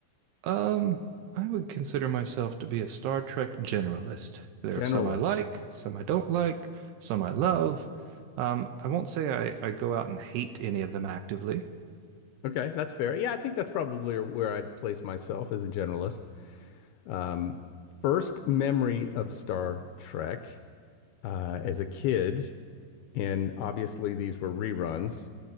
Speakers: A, on the right (about 75°); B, on the left (about 75°).
A: Um, I would consider myself to be a Star Trek generalist. There
B: Generalist.
A: are some I like, some I don't like, some I love. Um, I won't say I, I go out and hate any of them actively.
B: Okay, that's fair. Yeah, I think that's probably where I'd place myself as a generalist. Um, first memory of Star Trek uh, as a kid, and obviously these were reruns,